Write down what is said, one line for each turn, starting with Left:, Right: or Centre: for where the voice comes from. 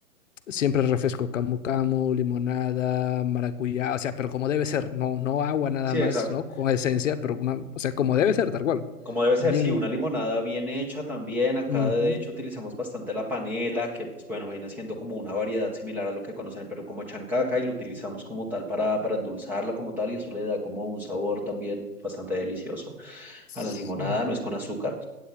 Left: siempre refresco camu camu, limonada, maracuyá, o sea, pero como debe ser, no, no agua nada
Centre: Sí,
Left: más,
Centre: exacto.
Left: ¿no? Con esencia, pero una, o sea, como debe ser, tal cual.
Centre: Como debe ser,
Left: Bien.
Centre: sí, una limonada bien hecha también. Acá
Left: Ujú.
Centre: de hecho utilizamos bastante la panela, que pues bueno, viene siendo como una variedad similar a lo que conocen en Perú como chancaca y lo utilizamos como tal para, para endulzarla como tal y eso le da como un sabor también bastante delicioso
Left: Sí.
Centre: a la limonada, no es con azúcar.